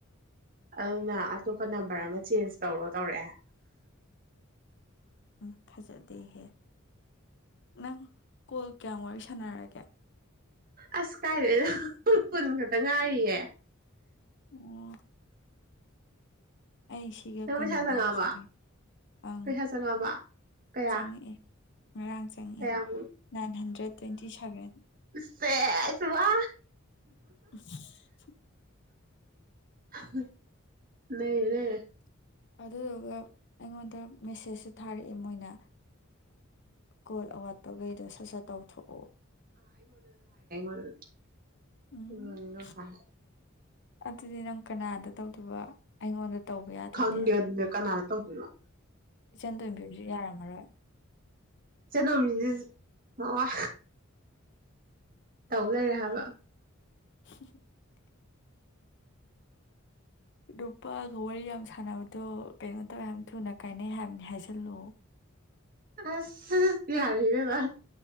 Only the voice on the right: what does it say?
ꯑꯗꯨꯅ ꯑꯇꯣꯞꯄ ꯅꯝꯕꯔ ꯑꯃ ꯆꯦꯟꯖ ꯇꯧꯔꯣ ꯇꯧꯔꯛꯑꯦ
ꯑꯁ ꯀꯥꯏꯗꯣꯏꯏꯗꯣ ꯄꯨꯟ ꯈꯛꯇ ꯉꯥꯏꯔꯤꯌꯦ
ꯅꯪ
ꯄꯩꯁꯥ
ꯆꯪꯉꯛꯑꯕ
ꯄꯩꯁꯥ ꯆꯪꯉꯛꯑꯕ ꯀꯌꯥ
ꯀꯌꯥꯃꯨꯛ
ꯁꯦꯁꯨ ꯋꯥ
<unintelligible> ꯅꯅꯦ
ꯍ
ꯎꯝꯗꯁ
ꯈꯪꯦ ꯑꯗꯨ ꯀꯅꯥ ꯇꯧꯗꯅꯣ
ꯆꯦꯅꯣꯕꯤꯁꯤ ꯃꯋꯥ ꯇꯧ ꯂꯩꯔꯦ ꯍꯥꯏꯕ
ꯑꯁ ꯇꯌꯥꯔꯤꯅꯦ ꯂ